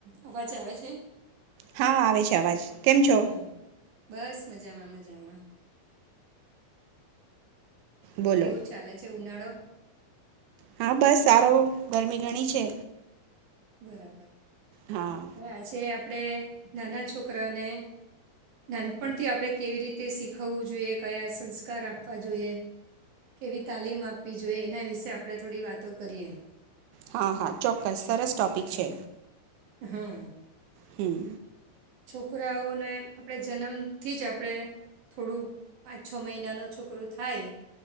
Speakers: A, on the right; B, on the right.
A: અવાજ આવે છે.
B: હા આવે છે અવાજ કેમ છો.
A: હમ બસ મજામાં મજામાં.
B: બોલો
A: કેવું ચાલે છે ઉનાળો.
B: હા બસ સારો ગરમી ઘણી છે.
A: બરાબર
B: હા
A: હવે આજે. આપણે નાના છોકરાઓને નાનપણથી આપણે કેવી રીતે શીખવવું જોઈએ કયા સંસ્કાર આપવા જોઈએ કેવી તાલીમ આપવી જોઈએ એના વિશે આપણે થોડી વાતો કરીએ.
B: હા હા ચો. સરસ ટોપિક
A: બરાબર
B: છે
A: હા
B: હમ.
A: છોકરાઓને આપણે જન્મથી જ આપણે થોડું પાંચ છ મહિનાનો છોકરો થાય